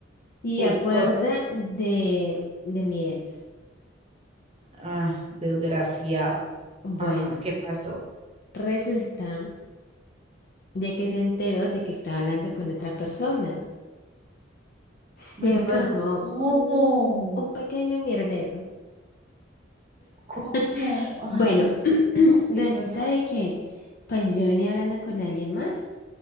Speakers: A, on the left; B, on the right.
A: y
B: jugosos.
A: acuerda de, de mi ex.
B: Ah, desgraciado.
A: Bueno,
B: Ajá, ¿qué pasó?
A: resulta de que se enteró de que estaba hablando con otra persona. Se
B: Marica,
A: formó
B: ¿cómo?
A: un, un pequeño mierdero.
B: ¿Cómo?
A: <laughs>
B: Ay,
A: Bueno,
B: no, parce,
A: <clears throat> resulta
B: ¿qué pasó?
A: de que pues yo venía hablando con alguien más